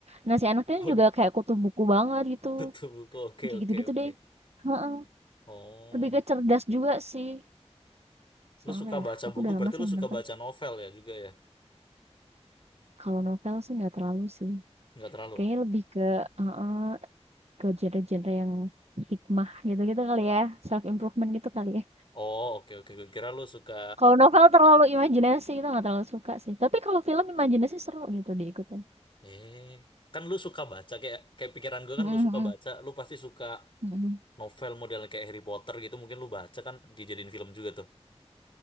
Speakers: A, on the right; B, on the left.
A: Nah, si anaknya
B: Waduh,
A: juga kayak kutu buku banget
B: <laughs>
A: gitu.
B: tutup buku. Oke,
A: Kayak
B: oke,
A: gitu-gitu
B: oke.
A: deh. Heeh.
B: Oh,
A: Lebih ke cerdas juga sih. Soalnya
B: lu suka
A: ya,
B: baca
A: aku
B: buku,
A: udah
B: berarti
A: lama sih
B: lu
A: nggak
B: suka
A: nonton.
B: baca novel ya juga ya?
A: Kalau novel sih nggak terlalu sih.
B: Nggak terlalu.
A: Kayaknya lebih ke heeh, ke genre-genre yang hikmah gitu-gitu kali ya, self improvement gitu kali ya.
B: Oh, oke, oke. Gue kira lu suka...
A: Kalau novel terlalu imajinasi itu nggak terlalu suka sih, tapi kalau film imajinasi seru gitu diikutin.
B: Eh, kan lu suka baca. Kayak, kayak pikiran gue
A: Mhm
B: kan lu suka
A: mhm,
B: baca. Lu pasti suka
A: mhm.
B: novel model kayak Harry Potter gitu. Mungkin lu baca kan dijadiin film juga tuh.